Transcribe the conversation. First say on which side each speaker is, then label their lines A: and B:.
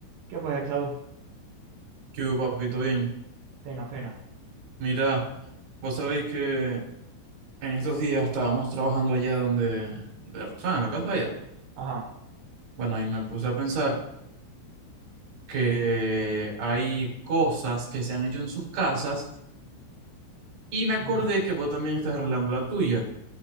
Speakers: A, on the right; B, on the right.
A: ¿Qué pues, Exaú?
B: ¿Qué hubo, papito? Bien.
A: Fino, fino.
B: Mira, vos sabéis que en estos días estábamos trabajando allá donde de Roxana, en la casa de allá.
A: Ajá.
B: Bueno, y me puse a pensar que hay cosas que se han hecho en sus casas y me acordé
A: Ujú.
B: que vos también estás arreglando la tuya.